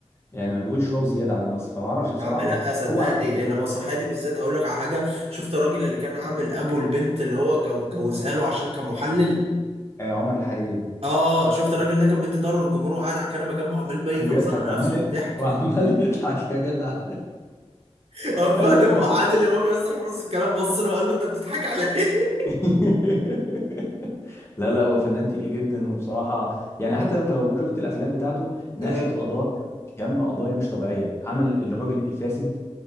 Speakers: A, on the left; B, on the right.
A: يعني ما بيقولش واو زياده عن النص فما اعرفش بصراحه
B: يا عم لا صدقني
A: هو عم...
B: المسرحيه دي بالذات اقول لك على حاجه شفت الراجل اللي كان عامل ابو البنت اللي هو جو- جوزها له عشان كان محلل
A: آه، عمر الحريري
B: اه شفت الراجل ده كان مدي ضهره للجمهور وقاعد على الكنبه جنبه عمال ما يفطسن
A: وبيضحك
B: على
A: وعمال
B: نفسه من
A: يضحك
B: الضحك
A: وعمال يضحك يا جدع <laughs>
B: <laughs> وبعدين
A: قال له يا ابني
B: عادل
A: خ-
B: امام يصرخ في نص الكلام بص له وقال له انت بتضحك على ايه؟
A: <laughs> لا لا هو فنان تقيل جدا وبصراحة يعني حتى انت لو شفت الافلام بتاعته ناقشت
B: اه
A: قضايا كم قضايا مش طبيعية عمل الراجل الفاسد